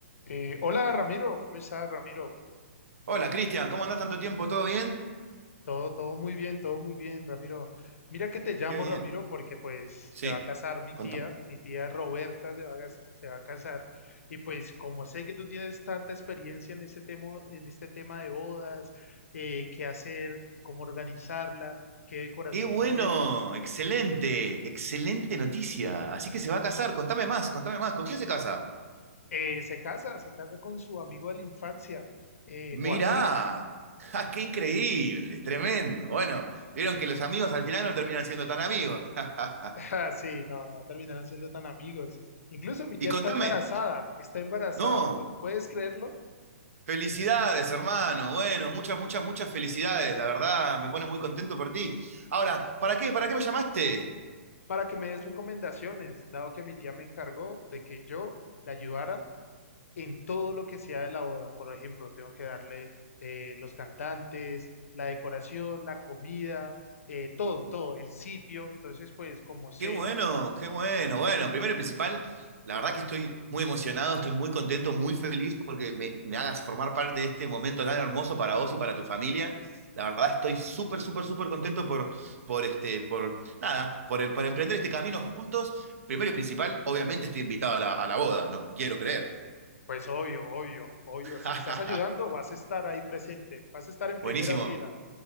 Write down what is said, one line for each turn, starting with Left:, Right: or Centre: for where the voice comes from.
Left: Eh, hola Ramiro, ¿cómo estás Ramiro?
Right: Hola, Cristian, ¿cómo andás tanto tiempo? ¿Todo bien?
Left: Todo, todo muy bien, todo muy bien Ramiro. Mira que te llamo
Right: Qué bien.
Left: Ramiro porque pues
Right: Sí,
Left: se va a casar mi
Right: Contame.
Left: tía, mi tía Roberta se va a, cas- se va a casar y pues como sé que tú tienes tanta experiencia en este tema, en este tema de bodas, eh, qué hacer, cómo organizarla, qué decoración
Right: qué bueno,
Left: ponerla,
Right: excelente, excelente noticia. Así que se va a casar, contame más, contame más. ¿Con quién se casa?
Left: eh, se casa, se casa con su amigo de la infancia, eh,
Right: Mirá,
Left: Joaquín.
Right: <laughs> ¡Ja, qué increíble, tremendo. Bueno, vieron que los amigos al final no terminan siendo tan amigos. <laughs>
Left: Ah, sí, no, no terminarán siendo tan amigos. Incluso mi tía
Right: Y contame,
Left: está embarazada, está embarazada,
Right: no,
Left: pu- ¿puedes creerlo?
Right: felicidades, hermano. Bueno, muchas, muchas, muchas felicidades. La verdad, me pone muy contento por ti. Ahora, ¿para qué? ¿Para qué me llamaste?
Left: Para que me des recomendaciones, dado que mi tía me encargó de que yo la ayudara en todo lo que sea de la boda. Por ejemplo, tengo que darle eh, los cantantes, la decoración, la comida, eh, todo, todo, el sitio. Entonces, pues, como sé,
Right: Qué bueno, qué bueno. Bueno, primero y principal, la verdad que estoy muy emocionado, estoy muy contento, muy feliz porque me, me hagas formar parte de este momento tan hermoso para vos y para tu familia. La verdad estoy súper, súper, súper contento por, por, este, por, nada, por, por emprender este camino juntos. Primero y principal, obviamente estoy invitado a la, a la boda, no quiero creer.
Left: pues obvio, obvio, obvio,
Right: <laughs>
Left: si me estás ayudando, vas a estar ahí presente, vas a estar en primera
Right: Buenísimo,
Left: fila.